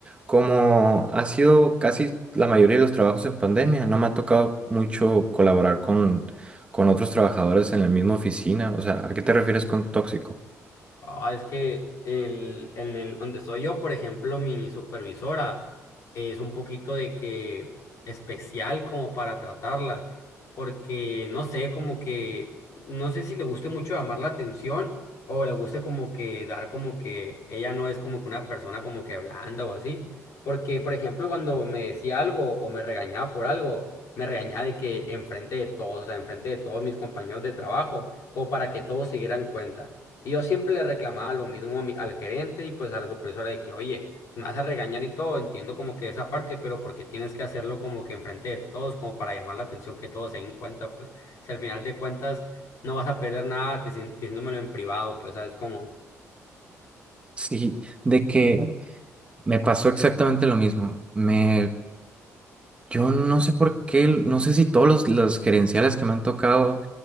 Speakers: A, on the right (about 20°); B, on the left (about 65°).
A: como ha sido casi la mayoría de los trabajos en pandemia. No me ha tocado mucho colaborar con, con otros trabajadores en la misma oficina. O sea, ¿a qué te refieres con tóxico?
B: Ah, es que el, en el donde soy yo, por ejemplo, mi supervisora es un poquito de que especial como para tratarla, porque no sé, como que no sé si le guste mucho llamar la atención o le guste como que dar como que ella no es como que una persona como que blanda o así, porque por ejemplo, cuando me decía algo o me regañaba por algo, me regañaba de que enfrente de todos, o sea, enfrente de todos mis compañeros de trabajo, como para que todos se dieran cuenta. Y yo siempre le reclamaba lo mismo a mi- al gerente y pues a la supervisora de que, oye, si me vas a regañar y todo, entiendo como que esa parte, pero porque tienes que hacerlo como que enfrente de todos, como para llamar la atención que todos se den cuenta, pues si al final de cuentas no vas a perder nada dici- diciéndomelo en privado, pues sabes como,
A: Sí, de que me pasó exactamente lo mismo. Me, yo no sé por qué, no sé si todos los, los gerenciales que me han tocado